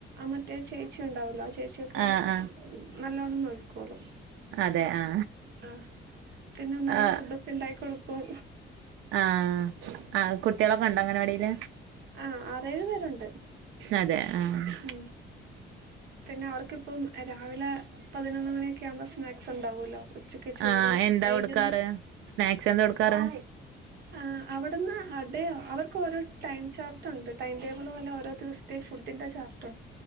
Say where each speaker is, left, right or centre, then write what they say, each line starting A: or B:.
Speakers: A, on the right (about 55°); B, on the right (about 85°).
A: മറ്റേ ചേച്ചിണ്ടാവല്ലോ ആ ചേച്യോക്കെ
B: ആ ആ
A: നല്ലോണം നോയിക്കോളും
B: അതെ ആ
A: ആ പിന്നെ നല്ല
B: ആ
A: ഫുഡും പിണ്ടായി കൊടുക്കും
B: ആഹ് ആ കുട്ട്യാളൊക്കെണ്ടോ അങ്കനവാടില
A: ആഹ് ആറേഴ് പേരുണ്ട്
B: അതെ ആഹ്
A: ഉം പിന്നെ അവർക്കിപ്പം രാവിലെ പതിനൊന്ന് മണിയൊക്കെ ആവുമ്പോ സ്നാക്സ് ഉണ്ടാവല്ലോ ഉച്ചക്ക് ക്കെ ചോറ്
B: ആഹ് എന്താ
A: വൈക്ന്ന്
B: കൊടുക്കാറ് സ്നാക്സ് എന്താ കൊടുക്കാറ്
A: ആ അവിടന്ന് അടയാ അവർക്ക് ഓരോ ടൈം ചാർട്ട് ഉണ്ട് ടൈം ടേബിൾ പോലെ ഓരോ ദിവസത്തെ ഫുഡിൻ്റെ ചാർട്ട്